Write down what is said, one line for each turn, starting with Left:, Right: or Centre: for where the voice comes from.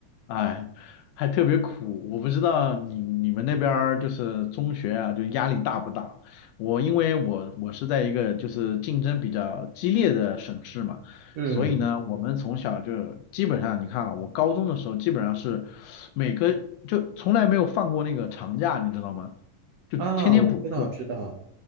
Left: 哎，还特别苦。我不知道你你们那边儿就是中学啊，就压力大不大？我因为我我是在一个就是竞争比较激烈的省市嘛，
Right: 嗯，
Left: 所以呢，我们从小就基本上，你看啊，我高中的时候基本上是每个就从来没有放过那个长假，你知道吗？就天天补课，
Right: 啊，我知道知道。